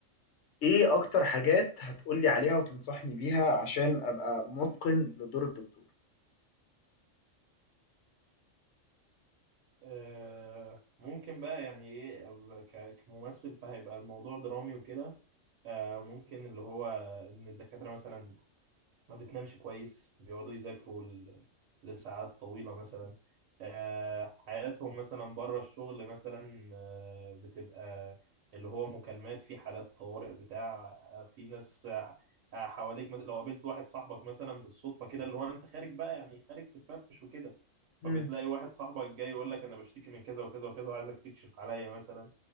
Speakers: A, on the left (about 65°); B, on the right (about 75°).
A: ايه اكتر حاجات هتقولي عليها وتنصحني بيها عشان ابقى متقن لدور الدكتور
B: آه، ممكن بقى يعني ايه أب- ك- كممثل فهيبقى الموضوع درامي وكده آه، ممكن اللي هو ان الدكاتره مثلا ما بتنامش كويس بيقعدوا يذاكروا ل- لساعات طويلة مثلا آه، حياتهم مثلا بره الشغل مثلا آه، بتبقى اللي هو مكالمات في حالات طوارئ بتاع آه، في ناس آه، آه، حواليك مثلا لو قابلت واحد صاحبك مثلا بالصدفة كده اللي هو انت خارج بقى يعني خارج تفرفش وكده
A: مم.
B: فبتلاقي واحد صاحبك جاي يقول لك انا بشتكي من كذا وكذا وكذا وعايزك تكشف عليا مثلا